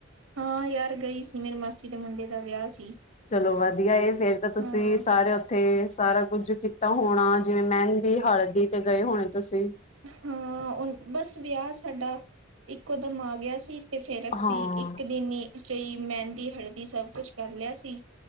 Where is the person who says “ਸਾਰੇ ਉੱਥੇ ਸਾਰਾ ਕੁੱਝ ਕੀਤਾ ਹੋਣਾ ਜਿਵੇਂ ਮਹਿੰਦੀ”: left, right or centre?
Left